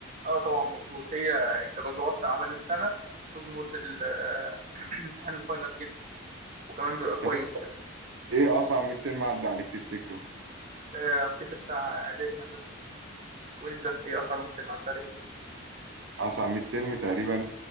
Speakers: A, on the right; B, on the right.
A: اه طبعا مظبوط هي انت لو ظبطت اعمال السنه تظبط ال- آه، <clears throat> امتحان الفاينل جدا وكمان بيبقى كويس
B: طب
A: كده
B: إيه أصعب ميد ترم عدى عليك تفتكره
A: آه، افتكر بتاع اعدادي هندسه وانت ايه اصعب ميد ترم عدى عليك
B: أصعب ميد ترم تقريبا